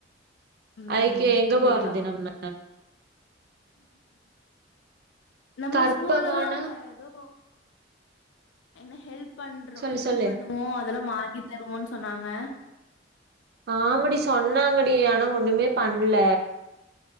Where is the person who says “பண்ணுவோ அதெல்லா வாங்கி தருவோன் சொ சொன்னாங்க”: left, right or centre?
Left